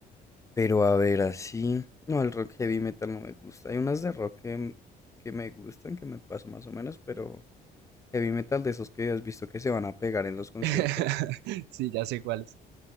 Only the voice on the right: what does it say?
<laughs> Sí, ya sé cuáles.